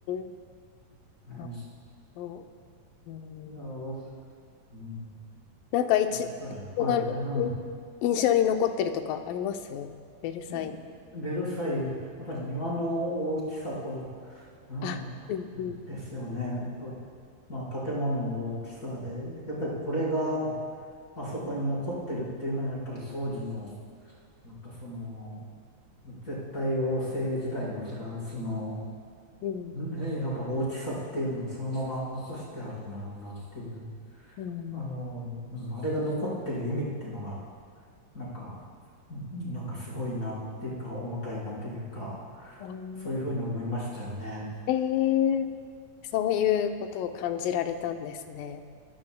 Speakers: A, on the left; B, on the left.
A: ん。
B: ね、
A: あとうん
B: いやー、うん、
A: なんか一、
B: やっぱり、
A: ここが
B: はい、うん。
A: 印象に残ってるとかありますベルサイユ。
B: えベルサイユ、やっぱり庭の大きさと、う
A: あ、うんうん、
B: ん、ですよね。と、まあ、建物の大きさで、やっぱりこれがあそこに残ってるっていうのは、やっぱり当時の、なんかその、絶対王政時代のフランスの、
A: うん。
B: ねやっぱ大きさっていうのをそのまま残してあるんだろうなっていう、
A: うん。
B: あの、うん、あれが残ってる意味っていうのが、なんか、うんなんかすごいなっていうか、重たいなっていうか、
A: うん
B: そういうふうに思いましたよね。
A: えー、そういうことを感じられたんですね。